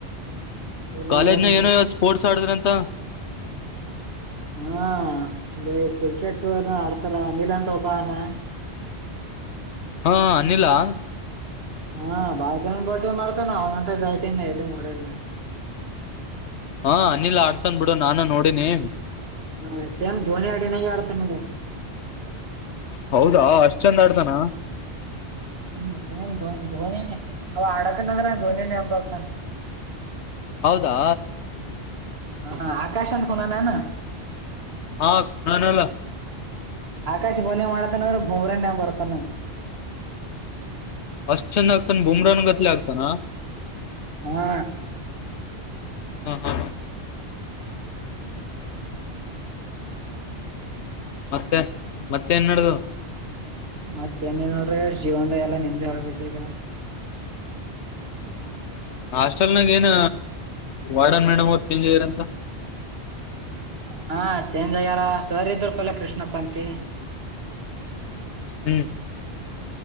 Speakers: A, on the right (about 65°); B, on the left (about 80°).
A: ಎಲ್ಲ
B: ಕಾಲೇಜ್ನಾಗ
A: ಆರಾಮ್ ನೋಡಿ
B: ಏನು ಇವತ್ <unintelligible> ಸ್ಪೋರ್ಟ್ಸ್ ಆಡಿದ್ರ ಅಂತ.
A: ಹಾ ಇ ಕ್ರಿಕೆಟ್ ಏನೋ ಆಡ್ತಾರ ಅನಿಲ್ ಅಂತ ಒಬ್ಬ <unintelligible>
B: ಹಾ ಅನಿಲ್ ಹ
A: ಹಾ ಬಾಳ <unintelligible> ಬ್ಯಾಟಿಂಗ್ ಮಾಡ್ತಾನ ಅವನಂತ ಗಾಟಿನ <unintelligible> ನಾನ್ ಎಲ್ಲಿ ನೋಡೇಯಿಲ್ಲ
B: ಹಾ ಅನಿಲ್ ಆಡ್ತನ ಬಿಡು ನಾನು ನೋಡಿನಿ.
A: ಹಾ ಸೇಮ್ ಧೋನಿ <unintelligible> ಆಡ್ತ <unintelligible>
B: ಹೌದಾ ಅಷ್ಟ್ ಚಂದ ಆಡ್ತಾನ.
A: ಹ್ಮ್ ಸೇಮ್ ಧೋನ್ ಧೋನಿನೇ ಅವ <unintelligible> ಧೋನಿ ನೆನ್ಪ್ ಬರ್ತಾನ.
B: ಹೌದಾ
A: ಹ ಆಕಾಶ್ ಅಂತ ಕುನಾನಾನ
B: ಹಾ ನಾನಲ್ಲ
A: ಆಕಾಶ ಬಲಿಂಗ್ ಮಾಡತಾನೆ ಅಂದ್ರೆ ಬೂಮ್ರನ್ಯ ಬರ್ತಾನೆ.
B: ಅಷ್ಟ್ ಚಂದ ಆಗ್ತಾನ ಬುಮ್ರಾನ್ ಗತ್ಲೆ ಆಗ್ತಾನ.
A: ಹಾ
B: ಹ್ಮ ಹಾ ಮತ್ತೆ ಮತ್ತೆ ನ್ ನಡದು
A: ಮತ್ತೇಏನೇ ನೋಡ್ರಿ ಜೀವನ್ದಾಗ ಎಲ್ಲ ನಿಂದೆ ಹೇಳ್ಬೇಕ ಈಗ
B: ಹ್ಮ ಹಾಸ್ಟೆಲ್ ನಾಗ ಏನ ವಾರ್ಡನ್ ಮೇಡಮ್ ಅವ್ರರು ಚೇಂಜ್ ಆಗ್ಯಾರಂತ
A: ಹಾ ಚೇಂಜ್ ಆಗ್ಯಾರ ಸರ್ ಇದರು ಪಹಳೇ ಕಷ್ <unintelligible> ಉಷ್ಣಪಂತೆ
B: ಹ್ಮ್